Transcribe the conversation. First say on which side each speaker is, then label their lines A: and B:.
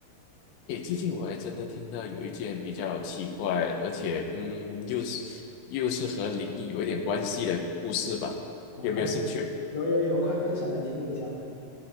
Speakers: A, on the left; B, on the left.
A: 诶，最近我还真的听到有一件比较奇怪，而且嗯，又是又是和灵异有一点关系的故事吧？
B: 我快，
A: 有没有兴趣？
B: 有有有，快分享来听一下。